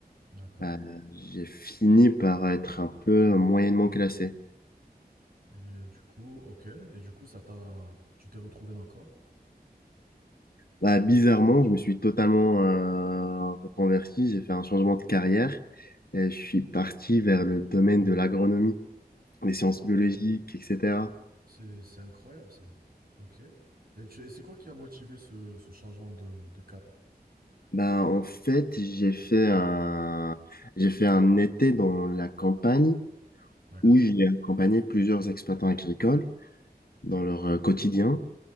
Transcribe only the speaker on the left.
Bah, j'ai fini par être un peu euh, moyennement classé.
Bah, bizarrement, je me suis totalement euh, reconverti. J'ai fait un changement de carrière et je suis parti vers le domaine de l'agronomie, les sciences
biologiques, etc.
Ben, en fait, j'ai fait un, j'ai fait un été dans la campagne
où j'ai accompagné plusieurs exploitants agricoles dans leur euh, quotidien.